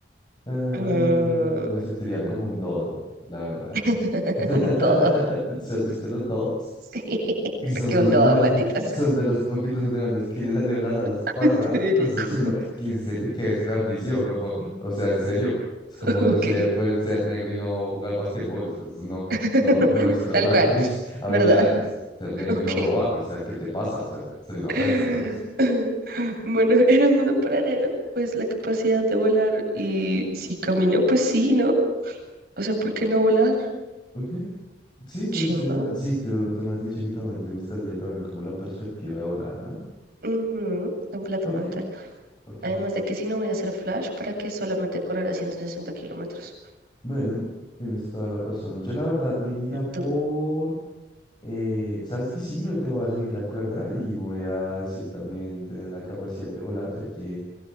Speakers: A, on the left; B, on the right.
A: Em,
B: Mm,
A: me sentiría
B: mm.
A: como un dodo, la verdad.
B: <laughs>
A: <laughs>
B: un todo,
A: ¿Se has visto los dodos?
B: sí, <laughs>
A: Que son
B: porque
A: los
B: un
A: animales,
B: todo, maldita
A: <laughs>
B: sea.
A: son de los poquitos animales que les salieron las alas
B: <laughs>
A: para nada.
B: Federico,
A: O sea, es ma- que en serio, qué desperdicio, no po- O sea, en serio. Es como,
B: ok,
A: no sé, puedes ser negro y no jugar basquetbol. O sea, es no,
B: <laughs>
A: no, no explotar
B: tal cual,
A: tus <laughs> habilidades.
B: ¿verdad? <laughs>
A: Ser negro
B: Ok.
A: y no robar. O sea, ¿qué te pasa? O sea, sería una
B: <laughs>
A: ofensa, ¿ves?
B: Bueno, en el mundo paralelo, pues la capacidad de volar y si camino, pues sí, ¿no? O sea, ¿por qué no volar?
A: Ok, sí, te
B: Chimba.
A: gustaría, va- sí, tú, tú me has dicho que también te gustaría también como la perspectiva de volar, ¿no?
B: Ujú, completamente.
A: Ok, ok.
B: Además de que si no voy a hacer flash, ¿para qué solamente correr a 160 kilómetros?
A: Bueno, tienes toda la razón. Yo la verdad me iría por,
B: tú-
A: eh, ¿sabes qué? Sí, yo te voy a seguir la cuerda y voy a decir también tener la capacidad de volar, ya que,